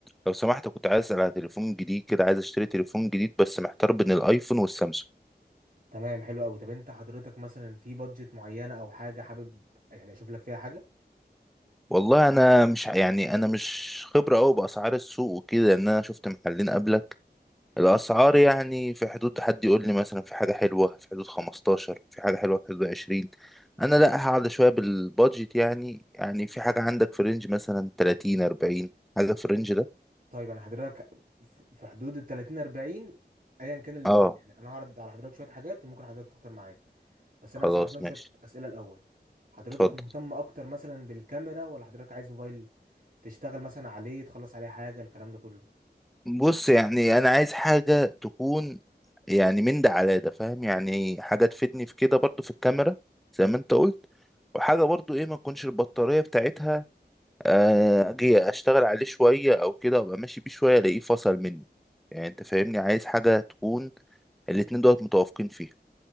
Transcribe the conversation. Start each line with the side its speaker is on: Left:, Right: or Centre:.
Centre: لو سمحت كنت عايز اسال على تليفون جديد كده عايز اشتري تليفون جديد بس محتار بين الايفون والسامسونج
Right: تمام حلو قوي طب انت حضرتك مثلا في بادجت معينه او حاجه حابب يعني اشوف لك فيها حاجه
Centre: والله انا مش ع- يعني انا مش خبره قوي باسعار السوق وكده ان انا شفت محلين قبلك الاسعار يعني في حدود حد يقول لي مثلا في حاجه حلوه في حدود 15 في حاجه حلوه في حدود 20 انا لا هقعد شويه بالبادجت يعني يعني في حاجه عندك في رينج مثلا 30 40 حاجه في الرينج ده
Right: طيب انا حضرتك ف- في حدود ال 30 40 ايا كان الاثنين
Centre: اه
Right: يعني انا هعرض على حضرتك شويه حاجات وممكن حضرتك تختار معايا بس
Centre: خلاص
Right: انا هسال حضرتك
Centre: ماشي
Right: شويه اسئله الاول حضرتك
Centre: اتفضل
Right: مهتم اكتر مثلا بالكاميرا ولا حضرتك عايز موبايل تشتغل مثلا عليه تخلص عليه حاجه الكلام ده كله
Centre: بص يعني انا عايز حاجه تكون يعني من ده على ده فاهم يعني حاجه تفيدني في كده برضو في الكاميرا زي ما انت قلت وحاجه برضو ايه ما تكونش البطاريه بتاعتها آه، اجي اشتغل عليه شويه او كده وابقى ماشي بيه شويه الاقيه فصل مني يعني انت فاهمني عايز حاجه تكون الاتنين دولت متوافقين فيها